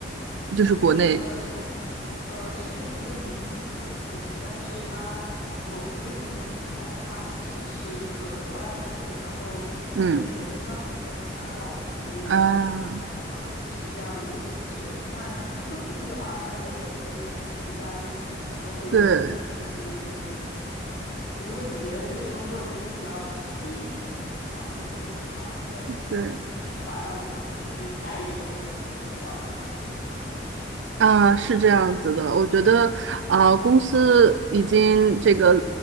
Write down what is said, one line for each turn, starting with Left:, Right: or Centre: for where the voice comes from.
Right: 就是国内？
Left: 呃，这个呃是一个民营企业，其实，但是它我服务的那个品牌的话，其实是一个国外的牌子，然后国内的经销权被他拿到了，
Right: 嗯。
Left: 所以
Right: 啊，
Left: 呃是这样的一个形式。那公司福利的话，该有的都有，就是节假日什么的都会有。
Right: 对
Left: 其实，呃，如果你觉得这是工作就是比较吸引你的一点的话，其实也是挺好的，因为
Right: 对，
Left: 嗯说白了，我就是待遇问题还是挺重要的，就是工作上来说。
Right: 啊，是这样子的。我觉得啊，公司已经这个